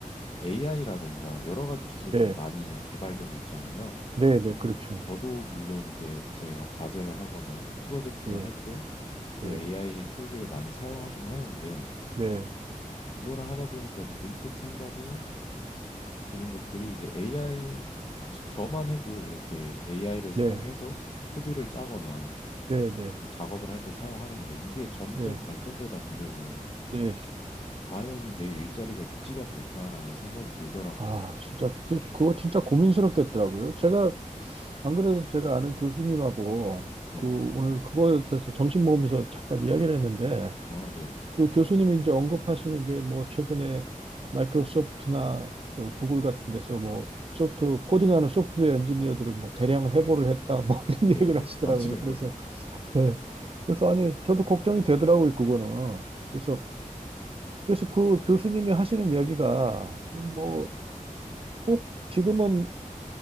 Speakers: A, on the left; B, on the right.
A: AI라던가 여러 가지 기술들이
B: 예,
A: 많이 개발되고 있잖아요.
B: 네, 네, 그렇죠.
A: 저도 물론 이제 제가 과제를 하거나 프로젝트를
B: 예,
A: 할 때 그
B: 네,
A: AI 툴들을 많이 사용하긴 하는데,
B: 네,
A: 그거를 하다 보니까 이제 문득 생각이 드는 것들이 이제 AI 저- 저만 해도 이렇게 AI를 사용해서
B: 네,
A: 코드를 짜거나
B: 네, 네,
A: 작업을 할 때 사용하는데 이게 점점
B: 네,
A: 발전되다 보면은
B: 네.
A: 과연 내 일자리가 유지가 될까라는 생각이 들더라고요.
B: 아, 진짜 그- 그거 진짜 고민스럽겠더라고요. 제가 안 그래도 제가 아는 교수님하고
A: 네.
B: 그 오늘 그거에 대해서 점심 먹으면서 잠깐 이야기를 했는데.
A: 아, 네.
B: 그 교수님이 이제 언급하시는 게 뭐 최근에 마이크로소프트나 저 구글 같은 데서 뭐 소프트 코딩하는 소프트웨어 엔지니어들을 뭐 대량 해고를 했다 뭐 <laughs> 이런
A: 네,
B: 얘기를
A: 네.
B: 하시더라고요.
A: 맞아요.
B: 그래서
A: <laughs>
B: 네. 그래서 아니 저도 걱정이 되더라고요 그거는. 그래서 그래서 그 교수님이 하시는 이야기가 뭐 꼭 지금은